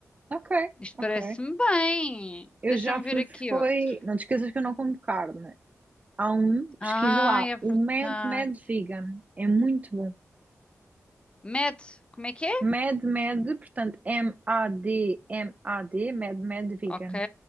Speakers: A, on the right; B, on the left.
A: ok,
B: Isto
A: ok.
B: parece-me bem.
A: Eu
B: Deixa-me
A: já fui,
B: ver aqui
A: foi.
B: outro.
A: Não te esqueças que eu não como carne. Há um, pesquisa
B: Ah,
A: lá,
B: é verdade.
A: o Mad Mad Vegan. É muito bom.
B: Med, como é que é?
A: Mad Mad, portanto, M-A-D-M-A-D, Mad Mad Vegan.
B: Ok.